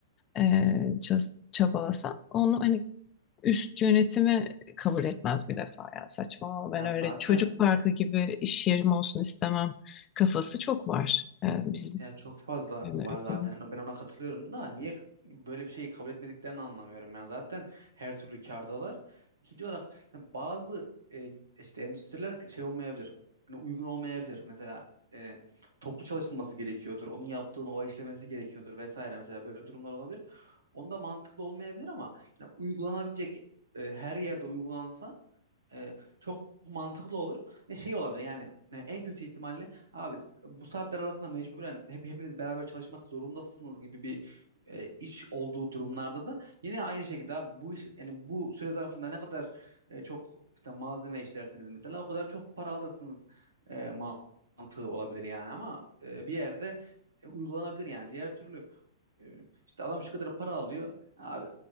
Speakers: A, on the left; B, on the right.
A: e, çabalasan onu hani üst yönetimi kabul etmez bir defa ya saçmalama ben
B: ya
A: öyle
B: zaten
A: çocuk parkı gibi iş yerim olsun istemem kafası çok var e, bizim
B: Ya çok fazla
A: yani
B: var
A: ülkede.
B: zaten. Hani ben ona katılıyorum da niye böyle bir şeyi kabul etmediklerini anlamıyorum. Yani zaten her türlü kârdalar. İkinci olarak hani bazı e, işte endüstriler şey olmayabilir. hani uygun olmayabilir. Mesela e, toplu çalışılması gerekiyordur. Onun yaptığını o işlemesi gerekiyordur vesaire. Mesela böyle durumlar olabilir. Onda mantıklı olmayabilir ama yani uygulanabilecek e, her yerde uygulansa e, çok mantıklı olur ve şey olabilir yani e, en kötü ihtimalle abi bu saatler arasında mecburen hep hepiniz beraber çalışmak zorundasınız gibi bir e, iş olduğu durumlarda da yine aynı şekilde abi bu iş yani bu süre zarfında ne kadar e, çok işte malzeme işlersiniz mesela o kadar çok para alırsınız e, mantığı olabilir yani ama e, bir yerde e, uygulanabilir yani diğer türlü e, işte adam şu kadar para alıyor abi